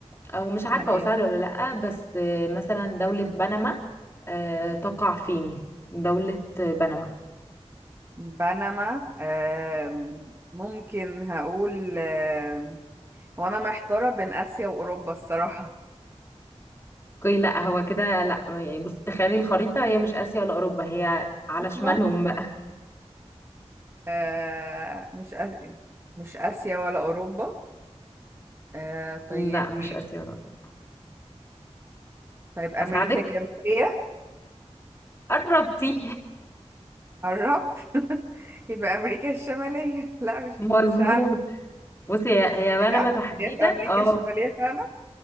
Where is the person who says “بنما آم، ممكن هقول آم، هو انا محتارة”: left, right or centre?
Right